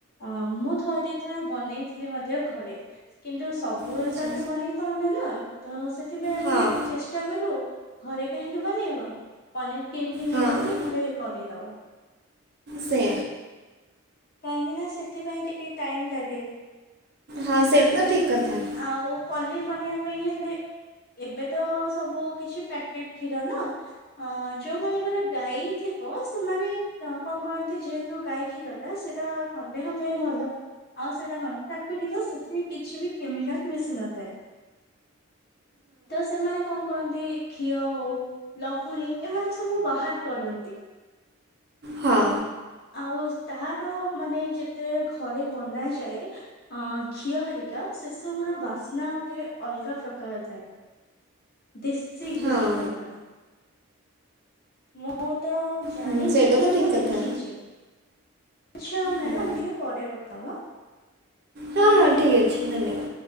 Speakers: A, on the left (about 45°); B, on the right (about 50°).
A: ଅ ମୁଁ ଥରେ ଦି ଥର ବନେଇଥିଲି ମଧ୍ୟ ଘରେ। କିନ୍ତୁ ସବୁବେଳେ
B: ଆଚ୍ଛା
A: ତ ଆମେ ବନେଇ ପାଉନା ନା ତ ସେଥିପାଇଁ ଆମେ
B: ହଁ
A: ଚେଷ୍ଟା କରୁ ଘରେ କାହିଁକି ବନେଇବା ପନିର୍ କିଣକି ନେଇ
B: ହଁ
A: ଆସି ଘରେ କରିଦବା।
B: ସେ।
A: କାହିଁକି ନା ସେଥିପାଇଁ ଟିକେ ଟାଇମ୍ ଲାଗେ।
B: ହଁ ସେଇଟା ତ ଠିକ୍ କଥା।
A: ଆଉ ପନିର ବନେଇବା ପାଇଁ ହେଲେ ଏବେ ତ ସବୁ କିଛି ପ୍ୟାକେଟ କ୍ଷୀର ନା ଅ ଯୋଉମାନଙ୍କର ଗାଈ ଥିବ ସେମାନେ କଣ କରନ୍ତି ଯେହେତୁ ଗାଈ କ୍ଷୀର ସେଇଟା କଣ ଦେହ ପାଇଁ ଭଲ। ଆଉ ସେଇଟା କଣ ପ୍ରାକୃତିକ ସେଥିରେ କିଛି ବି କେମିକାଲ ମିଶି ନ ଥାଏ। ତ ସେମାନେ କଣ କରନ୍ତି ଘିଅ ହଉ ଲହୁଣୀ ଏମାନେ ସବୁ ବାହାର କରନ୍ତି।
B: ହଁ।
A: ଆଉ ତହାର ମାନେ ଯେତେ ଘରେ ବନାଯାଏ ଅ ଘିଅ ହରିକା ସେସବୁର ବାସ୍ନା ଗୋଟେ ଅଲଗା ପ୍ରକାର ଥାଏ। ଦେଶୀ ଘିଅ
B: ହଁ
A: ଚୋରଟା ମୁଁ ତ ଜାଣିନି
B: ହୁଁ ସେଇଟା
A: କିନ୍ତୁ
B: ତ ଠିକ୍
A: ମୁଁ
B: କଥା।
A: ଦେଖିଛି। ଆଚ୍ଛା ମ୍ୟାଡ଼ାାମ
B: ହୁଁ।
A: ଆମେ ଟିକେ ପରେ କଥା ହବା।
B: ହଁ ହଁ ଠିକ୍ ଅଛି ଧନ୍ୟବାଦ।